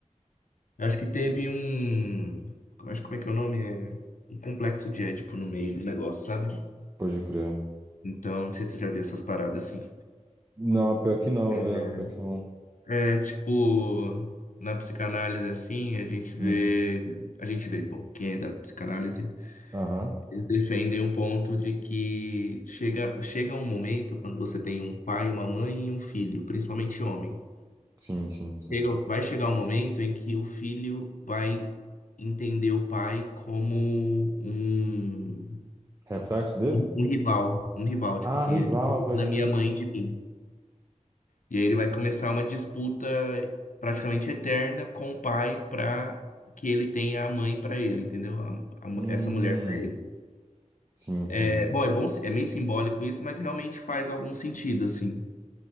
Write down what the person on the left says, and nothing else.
Acho que teve um. como- Acho como é que é o nome? É um complexo de Édipo no meio do negócio, sabe?
Então, não sei se você já viu essas paradas assim.
É,
é, tipo, na psicanálise, assim, a gente vê.
A gente vê, bom, quem é da psicanálise.
Eles defendem um ponto de que chega, chega um momento quando você tem um pai, uma mãe e um filho, principalmente homem.
Chega- vai chegar um momento em que o filho vai entender o pai como um,
um rival. Um rival, tipo
assim,
ele tá roubando
a
minha mãe de mim. E aí ele vai começar uma disputa praticamente eterna com o pai pra que ele tenha a mãe pra ele, entendeu? A- a mu-
essa mulher pra ele.
É bom, é bom, é meio simbólico isso, mas realmente faz algum sentido, assim.